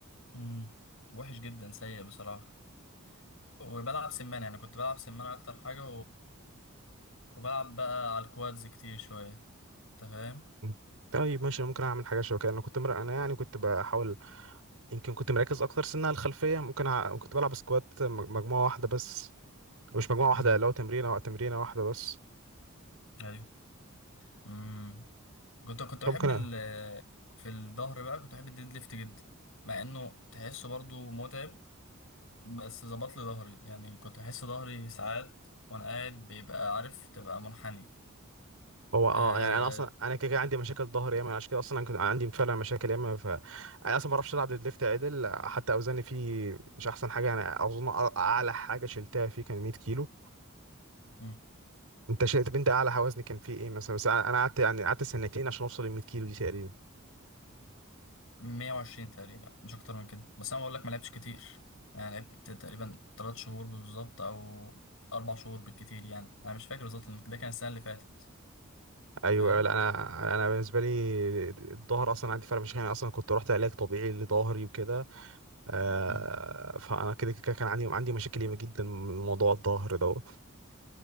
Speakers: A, on the left; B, on the right.
A: مم. وحش جدا سيء بصراحه وبلعب سمان يعني كنت بلعب سمان اكتر حاجه وبلعب بقى على الكوادز كتير شوية انت فاهم
B: مم. طيب ماشي أنا ممكن اعمل حاجه شبه كده انا كنت مر... انا يعني كنت بحاول يمكن كنت مركز اكتر سنه على الخلفيه ممكن ع... كنت بلعب سكوات مج- مجموعه واحده بس مش مجموعه واحده
A: امم
B: لو تمرينه تمرينه واحده بس
A: ايوه امم كنت كنت بحب
B: ممكن أ...
A: ال في الظهر بقى كنت بحب الديد ليفت جدا مع انه تحسه برضو متعب بس ظبط لي ظهري يعني كنت بحس ظهري ساعات وانا قاعد بيبقى عارف تبقى منحني
B: هو اه
A: أه...
B: يعني انا اصلا انا كده كده عندي مشاكل ظهر ياما عشان كده اصلا انا كنت عندي فعلا مشاكل ياما ف انا اصلا ما بعرفش العب ديد ليفت عدل حتى اوزاني فيه مش احسن حاجه يعني اظن أ- اعلى حاجه شلتها فيه كان 100 كيلو
A: مم.
B: انت شلت طب انت اعلى وزن كان فيه ايه مثلا بس انا أنا قعدت يعني قعدت سنتين عشان اوصل ل 100 كيلو دي تقريبا
A: 120 تقريبا مش اكتر من كده بس انا بقول لك ما لعبتش كتير يعني لعبت تقريبا 3 شهور بالظبط او اربع شهور بالكتير يعني انا مش فاكر بالظبط لأن ده كان السنة اللي فاتت
B: ايوه
A: انت فاهم
B: أيوة، لا انا انا بالنسبه لي الظهر اصلا عندي فرق مش يعني اصلا كنت رحت علاج طبيعي لظهري وكده آه
A: مم.
B: فانا كده كده كان عندي عندي مشاكل ياما جدا من موضوع الظهر ده